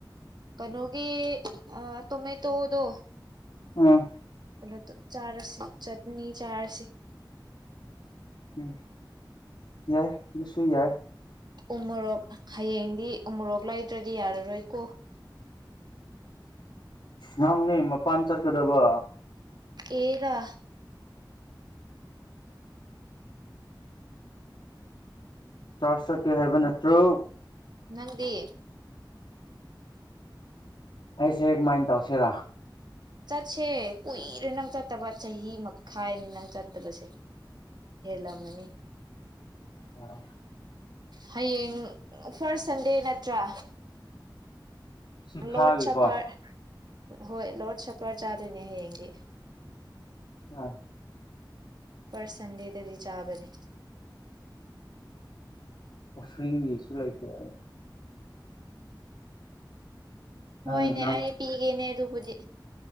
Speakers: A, on the right; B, on the left.
A: ꯀꯩꯅꯣꯒꯤ ꯑ ꯇꯨ ꯇꯗꯣ
B: ꯑꯥ
A: ꯀꯩꯅꯣ ꯆꯥꯔꯁꯤ ꯆꯠꯅꯤ ꯆꯥꯔꯁꯤ
B: ꯎꯝ ꯌꯥꯏ ꯑꯗꯨꯁꯨ ꯌꯥꯏ
A: ꯎꯃꯣꯔꯣꯛ ꯍꯌꯦꯡꯗꯤ ꯎꯃꯣꯔꯣꯛ ꯂꯩꯗ꯭ꯔꯗꯤ ꯌꯥꯔꯔꯣꯏ ꯀꯣ
B: ꯅꯪꯅꯦ ꯃꯄꯥꯟ ꯆꯠꯀꯗꯕ
A: ꯑꯦꯔꯥ
B: ꯆꯥꯔꯖ ꯆꯠꯀꯦ ꯍꯥꯏꯕ ꯅꯠꯇ꯭ꯔꯣ
A: ꯅꯪꯗꯤ
B: ꯑꯩꯁꯦ ꯀꯃꯥꯏꯅ ꯇꯧꯁꯤꯔ
A: ꯆꯠꯁꯦ ꯀꯨꯏꯔꯦ ꯅꯪ ꯆꯠꯇꯕ ꯆꯍꯤ ꯃꯈꯥꯏꯅꯤ ꯅꯪ ꯆꯠꯇꯕꯁꯦ ꯍꯦꯂꯃꯅꯤ
B: ꯑ
A: ꯍꯌꯦꯡ ꯐꯥꯔꯁ ꯁꯟꯗꯦ ꯅꯠꯇ꯭ꯔꯥ
B: ꯁꯤ ꯊꯥꯒꯤꯀꯣ
A: ꯂꯣꯠ ꯁꯄꯔ ꯍꯣꯏ ꯂꯣꯠ ꯁꯄꯔ ꯆꯥꯗꯣꯏꯅꯦ ꯍꯌꯦꯡꯗꯤ
B: ꯑ
A: ꯐꯔꯁ ꯁꯟꯗꯦꯗꯗꯤ ꯆꯥꯕꯅꯦ
B: ꯎꯁꯤꯡꯒꯤꯁꯨ ꯂꯩꯇꯦ ꯑꯩ ꯅꯪ
A: ꯍꯣꯏꯅꯦ
B: ꯅꯪ
A: ꯑꯩ ꯄꯤꯒꯦꯅꯦ ꯑꯗꯨꯕꯨꯗꯤ